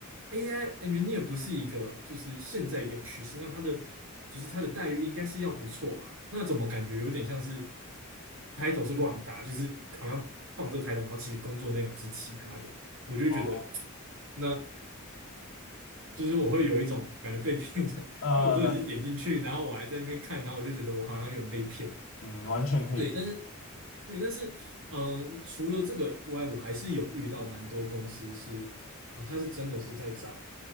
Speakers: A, on the right; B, on the left.
A: a i engineer 不是一个就是现在一个趋势，那他的就是他的待遇应该是要不错吧？那怎么感觉有点像是 title 是乱打，就是好像放这 title，然后其实工作内容是其他的。我就觉得，
B: 哦，
A: 那就是我会有一种感觉被骗的，<laughs>
B: 呃，
A: 因为我都已经点进去，
B: 了解，
A: 然后我还在那边看，然后我就觉得我好像有点被骗。
B: 嗯，完全可以理解，
A: 对，但是对，但是嗯，呃除了这个以外，我还是有遇到蛮多公司是啊、它是真的是在找